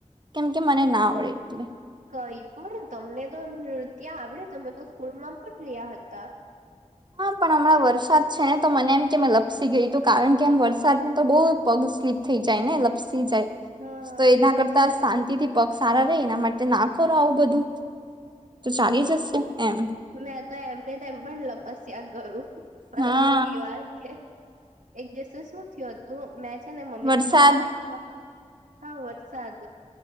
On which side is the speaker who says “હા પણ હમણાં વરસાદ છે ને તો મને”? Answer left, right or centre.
Right